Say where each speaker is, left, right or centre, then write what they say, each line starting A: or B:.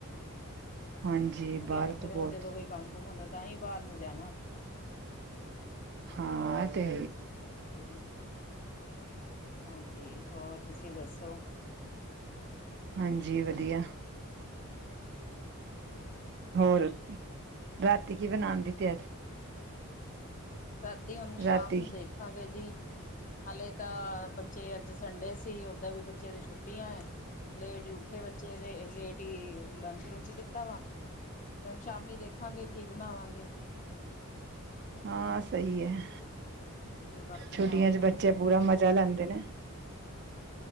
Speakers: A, on the right; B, on the left.
A: ਹਾਂਜੀ
B: ਕਿ
A: ਬਰ
B: ਪੱਠੇ
A: ਤੋਂ
B: ਦੇ
A: ਬਹੁਤ
B: ਜਦੋਂ ਕੋਈ ਕੰਮ ਕੁਮ ਹੁੰਦਾ ਤਾਂ ਹੀ ਬਾਹਰ ਨੂੰ ਜਾਣਾ
A: ਹਾਂ ਅਤੇ
B: ਹਾਂਜੀ ਹਾਂਜੀ ਹੋਰ ਤੁਸੀਂ ਦੱਸੋ
A: ਹਾਂਜੀ ਵਧੀਆ
B: ਅੱਛਾ
A: ਹੋਰ ਰਾਤੀ ਕੀ ਬਣਾਉਣ ਦੀ ਤਿਆਰੀ
B: ਰਾਤੀ ਹੁਣ ਸ਼ਾਮ
A: ਰਾਤੀ
B: ਨੂੰ ਦੇਖਾਂਗੇ ਜੀ ਹਲੇੇ ਤਾਂ ਬੱਚੇ ਅੱਜ ਸੰਡੇ ਸੀ ਉਓਦਾਂ ਵੀ ਬੱਚੇ ਦੀ ਛੁੱਟੀਆਂ ਲੇਟ ਇਕੱਠੇ ਬੱਚੇ ਲੇਡੀ ਲੰਚ ਨੂੰ ਕੀਤਾ ਵਾ ਤੇ ਹੁਣ ਸ਼ਾਮੀ ਦੇਖਾਂਗੇ ਕੀ ਬਣਾਵਾਂਗੇ
A: ਹਾਂ ਸਹੀ ਹੈ
B: ਤੇ ਬਾਕੀ
A: ਛੁੱਟੀਆਂ
B: ਸ਼ਾਮ
A: ਚ
B: ਨੂੰ
A: ਬੱਚੇ ਪੂਰਾ ਮਜ਼ਾ ਲੈਂਦੇ ਨੇ